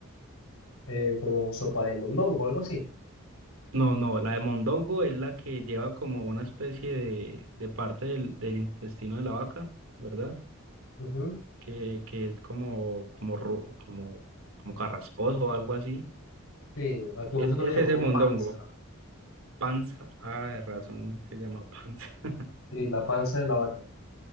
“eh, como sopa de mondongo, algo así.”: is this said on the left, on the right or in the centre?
Left